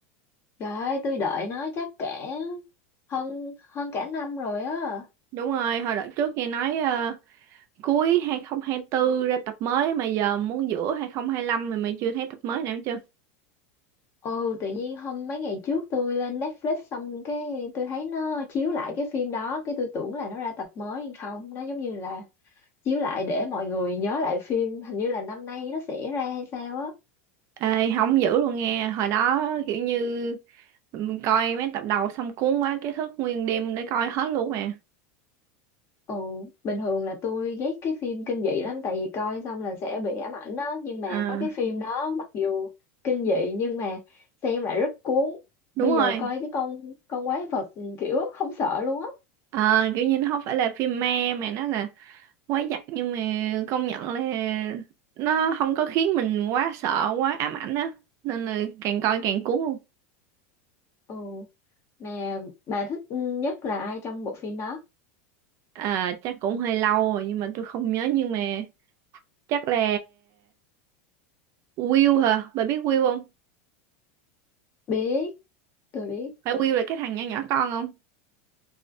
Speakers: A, on the left; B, on the right.
A: Trời ơi, tôi đợi nó chắc cả hơn hơn cả năm rồi á.
B: Đúng rồi, hồi đợt trước nghe nói ờ, cuối 2024 ra tập mới mà giờ muốn giữa 2025 mà mày chưa thấy tập mới nào hết chưa?
A: Ừ, tự nhiên hôm mấy ngày trước tôi lên Netflix xong cái tôi thấy nó chiếu lại cái phim đó, cái tôi tưởng là nó ra tập mới nhưng không, nó giống như là chiếu lại để mọi người nhớ lại phim, hình như là năm nay nó sẽ ra hay sao á.
B: Ê, hóng dữ luôn nghe, hồi đó kiểu như ừm, coi mấy tập đầu xong cuốn quá cái thức nguyên đêm để coi hết luôn mà.
A: Ồ, bình thường là tôi ghét cái phim kinh dị lắm tại vì coi xong là sẽ bị ám ảnh đó nhưng mà
B: À,
A: có cái phim đó mặc dù kinh dị nhưng mà xem lại rất cuốn
B: đúng
A: bây
B: rồi,
A: giờ coi cái con con quái vật ừ, kiểu không sợ luôn á
B: Ờ, kiểu như nó không phải là phim ma mà nó là quá giặc nhưng mà công nhận là nó không có khiến mình quá sợ quá ám ảnh á nên là càng coi càng cuốn luôn
A: ừ mà bà thích nhất là ai trong bộ phim đó
B: à chắc cũng hơi lâu rồi nhưng mà tôi không nhớ nhưng mà chắc là Will hả bà biết Will không
A: biết tôi biết
B: phải Will là cái thằng nhỏ nhỏ con không